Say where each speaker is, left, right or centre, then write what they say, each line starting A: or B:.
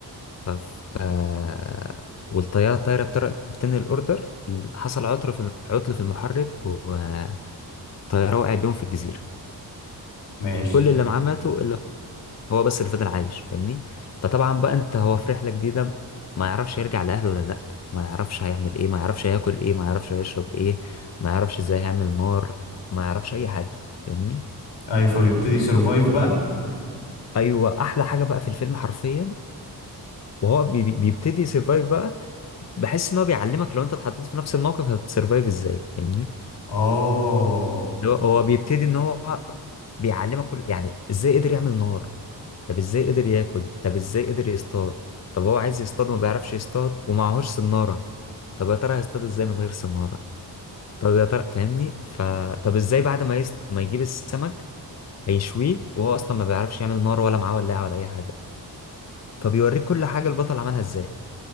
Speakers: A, on the left; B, on the left.
A: ف ف- والطيارة الطايرة بتر- بتنقل الأوردر حصل عطر في عطل في المحرك والطيارة وقعت بيهم في الجزيرة
B: ماشي
A: كل اللي معاه ماتوا إلا هو بس اللي فضل عايش فاهمني فطبعا بقى أنت هو في رحلة جديدة ما يعرفش يرجع لأهله ولا لأ ما يعرفش هيعمل إيه ما يعرفش هياكل إيه ما يعرفش هيشرب إيه ما يعرفش إزاي هيعمل نار ما يعرفش أي حاجة فاهمني
B: ايوه فبيبتدي سيرفايف بقى
A: أيوة أحلى حاجة بقى في الفيلم حرفيا وهو بي- بي- بيبتدي يسرفايف بقى بحس ان هو بيعلمك لو انت اتحطيت في نفس الموقف هتسرفايف ازاي فاهمني
B: اه
A: اللي هو هو بيبتدي ان هو بيعلمك كل يعني ازاي قدر يعمل نار طب ازاي قدر ياكل طب ازاي قدر يصطاد طب هو عايز يصطاد ما بيعرفش يصطاد ومعهوش سنارة طب يا ترى هيصطاد ازاي من غير سنارة طب يا ترى فاهمني ف طب ازاي بعد ما يست... ما يجيب السمك هيشويه وهو اصلا ما بيعرفش يعمل نار ولا معاه ولاعة ولا اي حاجة فبيوريك كل حاجة البطل عملها ازاي